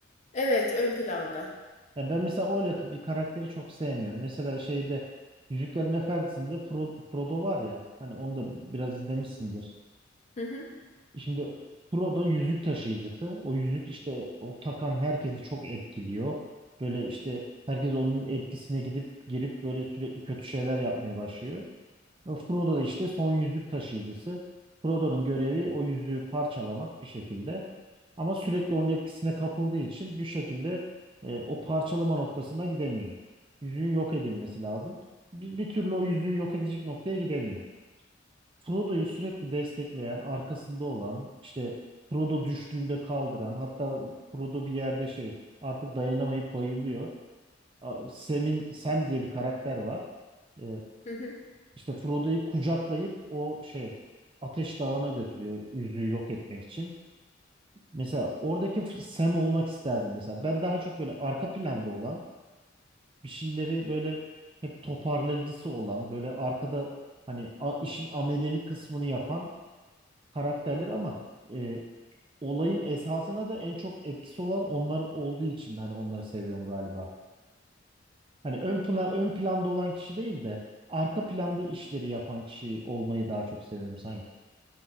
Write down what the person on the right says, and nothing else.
Ya ben mesela öyle bir karakteri çok sevmiyorum. Mesela şeyde Yüzüklerin Efendisi'nde Fro- Frodo var ya. Hani onu da bi- biraz izlemişsindir.
E, Şimdi Pro'da yüzük taşıyıcısı. O yüzük işte o takan herkesi çok etkiliyor. Böyle işte herkes onun etkisine gidip girip böyle sürekli kötü şeyler yapmaya başlıyor. Ama Frodo da işte son yüzük taşıyıcısı. Frodo'nun görevi o yüzüğü parçalamak bir şekilde. Ama sürekli onun etkisine kapıldığı için bir şekilde e, o parçalama noktasına gidemiyor. Yüzüğün yok edilmesi lazım. Bir, bir türlü o yüzüğü yok edecek noktaya gidemiyor. Frodo'yu sürekli destekleyen, arkasında olan, işte Frodo düştüğünde kaldıran, hatta Frodo bir yerde şey artık dayanamayıp bayılıyor. A- Sam'in Sam diye bir karakter var. Ee,
işte Frodo'yu kucaklayıp o şey Ateş Dağı'na götürüyor yüzüğü yok etmek için. Mesela oradaki F- Sam olmak isterdim mesela. Ben daha çok böyle arka planda olan, bir şeyleri böyle hep toparlayıcısı olan, böyle arkada hani a- işin amelelik kısmını yapan karakterleri ama e, olayın esasına da en çok etkisi olan onlar olduğu için hani onları seviyorum galiba. Hani ön plan ön planda olan kişi değil de arka planda işleri yapan kişi olmayı daha çok seviyorum sanki.